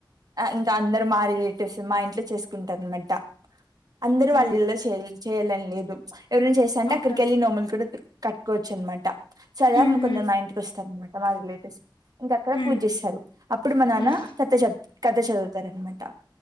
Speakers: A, on the right (about 50°); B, on the left (about 85°).
A: ఇంకా అందరు మా రిలేటివ్స్ మా ఇంట్లో చేసుకుంటారు అనమాట అందరు
B: మ్మ్
A: వాళ్ళలో చేయ చేయాలని లేదు ఎవరినా చేస్తాంటే
B: ఓకే
A: అక్కడికి వెళ్ళి నోములు కూడ కట్టుకోవచ్చు అనమాట సదా
B: మ్మ్ హ్మ్
A: కొందరు మా ఇంటికి వస్తార అనమాట మా రిలేటివ్స్ ఇంక అక్కడ
B: మ్మ్
A: పూజ చేస్తరు అప్పుడు మా నాన్న
B: మ్మ్
A: కథ చ కథ చదువుతారు అనమాట